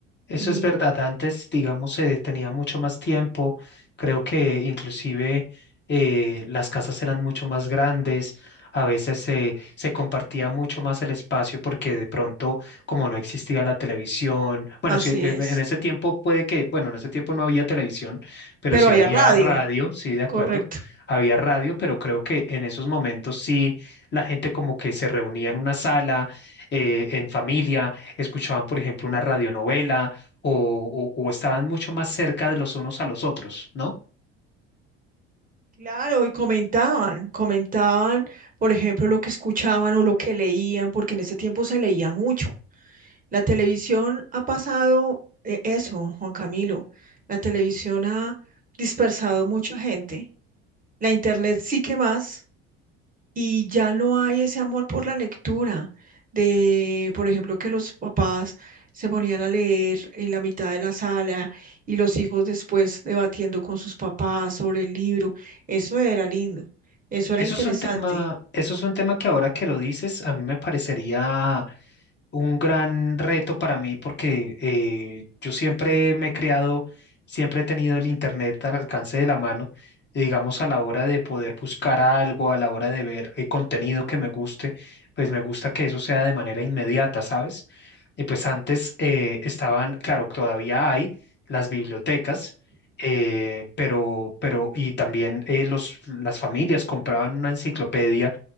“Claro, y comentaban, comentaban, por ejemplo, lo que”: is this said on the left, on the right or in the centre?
Right